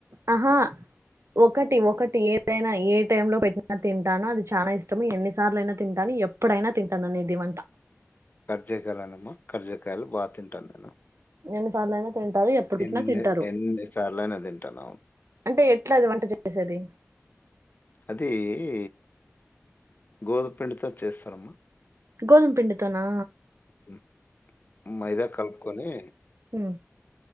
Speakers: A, on the right; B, on the left.
A: ఆహా ఒకటి ఒకటి ఏదైనా ఏ ఏ టైం లో పెట్టిన తింటాను అది చానా ఇష్టము ఎన్ని సార్లు అయినా తింటాను ఎప్పుడైనా తింటాన నేను ది వంట
B: రేగాలానమ్మ ఖరజకాయలు బాగా తింటాను నేను
A: ఎన్ని సార్లు ఐనా తింటారు ఎపుడు బెట్టిన
B: ఎన్ని
A: తింటారు
B: ఎన్ని సార్లైనా తింటాను అవును
A: అంటే ఎట్లాది వంట చేసేది
B: అదీ ఈ గోధుపిండితో చేస్తారు అమ్మ
A: గోధుంపిండి తో నా
B: ఉమ్, మైదా కలుపుకొని
A: ఉ